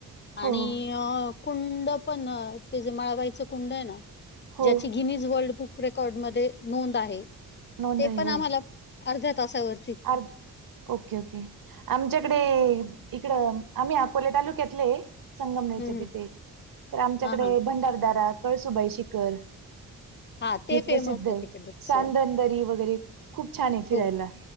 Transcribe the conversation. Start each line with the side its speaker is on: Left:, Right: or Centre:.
Right: हो
Left: आणि
Right: हो
Left: अ कुंड पण ते जे मळवायचं कुंड आहे ना,
Right: हो
Left: ज्याची गिनीज वर्ल्ड बुक रेकॉर्ड मध्ये नोंद आहे,
Right: नोंद
Left: ते
Right: आहे
Left: पण
Right: हो
Left: आम्हाला अर्ध्या तासावर
Right: अर ओके ओके, आमच्याकडे इकडं आम्ही अकोले तालुक्यातले. संगमनेरच्या
Left: हं, हं.
Right: तिथे, तर आमच्याकडे
Left: हां, हां.
Right: भंडारदारा, कळसुबाई शिखर
Left: हां, ते
Right: हे
Left: फेमस
Right: प्रसिद्ध आहे,
Left: तिकडचं.
Right: सांदन दरी वगैरे खूप छान आहे फिरायला.
Left: हो,